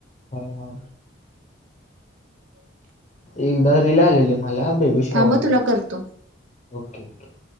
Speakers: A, on the left; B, on the right.
A: हा हा
B: <inaudible>
A: एकदा रिल आलेली मला बेबी शॉवर
B: थांब हं तुला करतो.
A: Okay okay